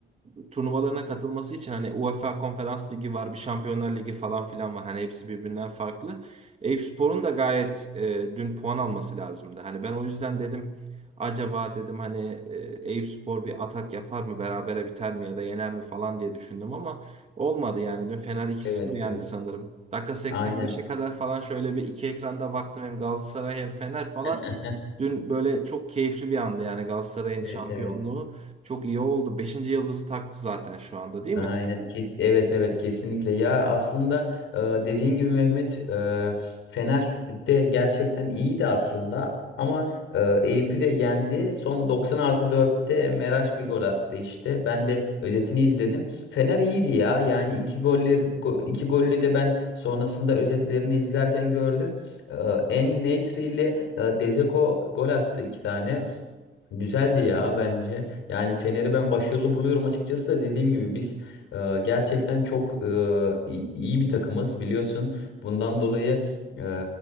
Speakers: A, on the right (about 35°); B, on the left (about 80°).
A: e, turnuvalarına katılması için hani UEFA Konferans Ligi var, bir Şampiyonlar Ligi falan filan var. Hani hepsi birbirinden farklı. Eyüpspor'un da gayet e, dün puan alması lazımdı. Hani ben o yüzden dedim acaba dedim hani e, Eyüpspor bir atak yapar mı, berabere biter mi ya da yener mi falan diye düşündüm ama Olmadı yani. Dün Fener 2-0
B: Evet
A: yendi
B: evet.
A: sanırım. Dakika 85'e
B: Aynen.
A: kadar falan şöyle bir iki ekranda baktım hem Galatasaray hem Fener falan.
B: <laughs>
A: Dün böyle çok keyifli bir andı yani Galatasaray'ın
B: Evet
A: şampiyonluğu.
B: evet.
A: Çok iyi oldu. Beşinci yıldızı taktı zaten şu anda değil
B: Aynen.
A: mi?
B: kes- Evet evet kesinlikle. Ya aslında e, dediğin gibi Mehmet e, Fener de gerçekten iyiydi aslında ama e, Eyüp'ü de yendi. Son 90 artı 4'te Meraş bir gol attı işte. Ben de özetini izledim. Fener iyiydi ya. Yani iki goller go- iki golünü de ben sonrasında özetlerini izlerken gördüm. E, En-Nesyri ile e, Dzeko gol attı iki tane. Güzeldi ya bence. Yani Fener'i ben başarılı buluyorum açıkçası da dediğim gibi biz e, gerçekten çok e, i- iyi bir takımız biliyorsun. Bundan dolayı e,